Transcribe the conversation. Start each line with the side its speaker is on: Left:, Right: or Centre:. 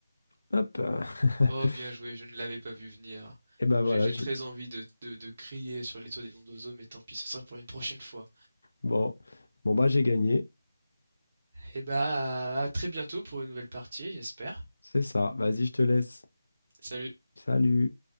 Left: Hop. <laughs>
Right: Oh, bien joué, je ne l'avais pas vu venir.
Left: Et ben
Right: J'ai,
Left: voilà,
Right: j'ai
Left: j'ai
Right: très envie de, de, de crier sur les toits des noms d'oiseaux, mais tant pis, ce sera pour une prochaine fois.
Left: bon. Bon bah j'ai gagné.
Right: Et bah, à très bientôt pour une nouvelle partie, j'espère.
Left: C'est ça. Vas-y, je te laisse.
Right: Salut.
Left: Salut.